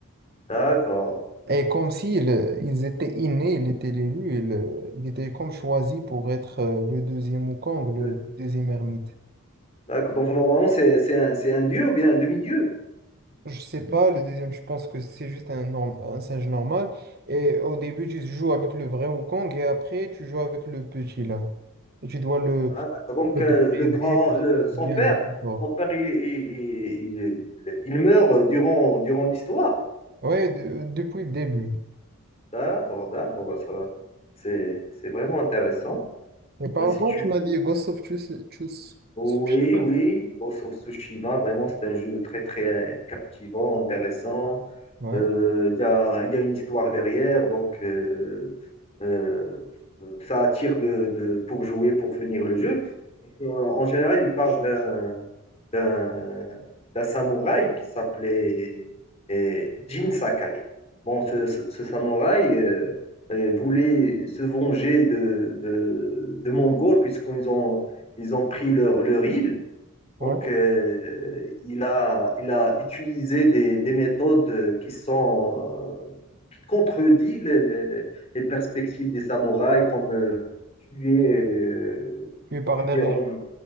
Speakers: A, on the left; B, on the right.
A: D'accord.
B: Et comme s'ils ils étaient innés, il était l'élu, il, euh, il était comme choisi pour être euh, le deuxième Wukong, le
A: Le-
B: deuxième ermite.
A: D'accord. Donc normalement, c'est c'est un, c'est un dieu ou bien un demi-dieu.
B: Je sais pas, le deuxième, je pense que c'est juste un, norm- un singe normal. Et au début, tu joues avec le vrai Wukong et après, tu joues avec le petit là. Et tu dois le
A: Voilà, d'accord. Donc
B: Et
A: euh,
B: Depuis
A: le grand,
B: le début,
A: le, son
B: il y
A: père,
B: a un support.
A: son père, il, il, il- il meurt durant, durant l'histoire.
B: Ouais, de- depuis le début.
A: D'accord, d'accord. Bah, ça va. c'est c'est vraiment intéressant.
B: Mais parle-moi,
A: Ben, si tu
B: tu m'as
A: veux.
B: dit Ghost of Tsus- Tsus-
A: Oui,
B: Tsushima.
A: oui, Ghost of Tsushima, vraiment, c'est un jeu très, très euh, captivant, intéressant.
B: Ouais,
A: Euh, Il y a, il y a une histoire derrière, donc euh, euh, ça attire de, de- pour jouer, pour finir le jeu. En en général, il parle d'un d'un d'un samouraï qui s'appelait euh, Jin Sakai. Bon, ce, ce- ce samouraï euh, euh, voulait se venger de, de, de Mongols puisqu'ils ont, ils ont pris leur, leur île.
B: ouais.
A: Donc, euh, il a, il a utilisé des, des méthodes qui sont, euh, qui contredisent les, les- les- les perspectives des samouraïs, comme euh, tuer, euh,
B: Puis par
A: tuer
B: derrière.
A: en,